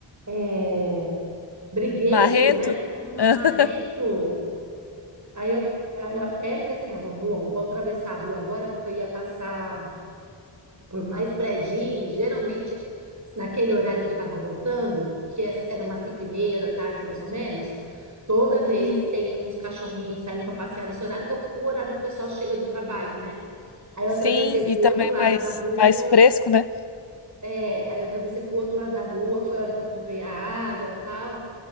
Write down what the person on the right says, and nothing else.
É, briguento,
né? Que tava lá,
marrento. Aí eu, aí eu até falei assim, ah, vou, vou, vou atravessar a rua agora, porque eu ia passar por mais predinho, e geralmente naquele horário que eu estava voltando, que es- era umas cinco e meia da tarde, mais ou menos, toda vez
tem uns cachorrinhos saindo para passear nesse horário, que é o horário que o pessoal chega do trabalho, né? Aí eu
atravessei para
o
outro lado
da rua,
é, aí eu atravessei para o outro lado da rua, foi a hora que eu comprei a água e tal.